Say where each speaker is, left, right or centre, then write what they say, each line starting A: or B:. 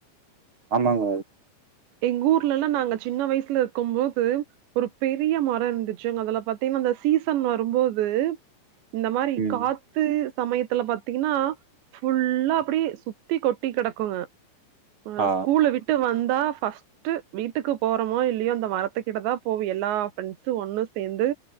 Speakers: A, on the right; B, on the right.
A: ஆமாங்க
B: எங்க ஊர்லல்லா நாங்க சின்ன வயசுல இருக்கும் போது ஒரு பெரிய மரோ இருந்துச்சு அதல பாத்தீங்ன்னா அந்த சீசன் வரும்போது இந்த மாரி
A: ம்
B: காத்து சமயத்துல பாத்தீங்கன்னா ஃபுல்லா அப்புடியே சுத்தி கொட்டி கெடக்குங்க ல்ல
A: ஆ
B: ஸ்கூல்ல விட்டு வந் தா ஃபஸ்ட்டு வீட்டுக்கு போறோமோ இல்லையோ அந்த மரத்துக்கிட்ட தா போவு எல்லா ஃபிரெண்ட்ஸு ஒன்னு சேந்து து